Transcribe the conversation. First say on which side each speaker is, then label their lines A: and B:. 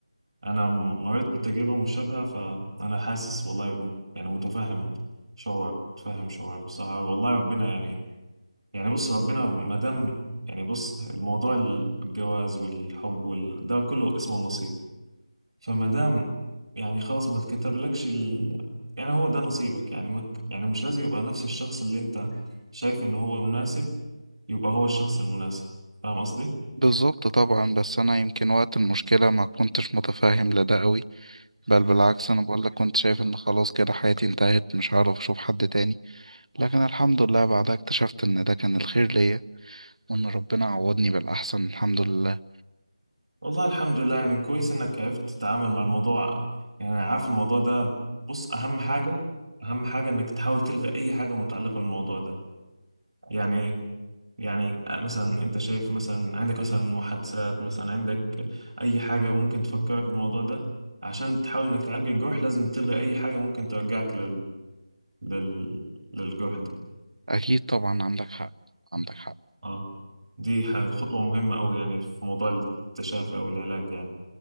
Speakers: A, on the right; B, on the right.
A: انا مريت بتجربه مشابهه فانا حاسس والله يعني متفهم شعورك متفهم شعورك بصراحه والله ربنا يعني يعني بص ربنا ما دام يعني بص الموضوع الجواز والحب وال... ده كله اسمه نصيب فما دام يعني خلاص ما اتكتبلكش ال... يعني هو ده نصيبك يعني مك... يعني مش لازم يبقى نفس الشخص اللي انت شايف ان هو مناسب يبقى هو الشخص المناسب فاهم قصدي؟
B: بالظبط طبعا بس انا يمكن وقت المشكلة ما كنتش متفاهم لده قوي بل بالعكس انا بقول لك كنت شايف ان خلاص كده حياتي انتهت مش هعرف اشوف حد تاني لكن الحمد لله بعدها اكتشفت ان ده كان الخير ليا وان ربنا عوضني بالاحسن الحمد لله
A: والله الحمد لله يعني كويس انك عرفت تتعامل مع الموضوع يعني أنا عارف الموضوع ده بص اهم حاجة اهم حاجة انك تحاول تلغي اي حاجة متعلقة بالموضوع ده يعني ايه يعني مثلا انت شايف مثلا عندك مثلا محادثات مثلا عندك اي حاجة ممكن تفكرك بالموضوع ده عشان تحاول انك تعالج الجرح لازم تلغي اي حاجة ممكن ترجعك لل... لل... للجرح ده
B: اكيد طبعا عندك حق عندك حق
A: اه دي ح- خطوة مهمة أوي يعني في موضوع التشافي أو العلاج يعني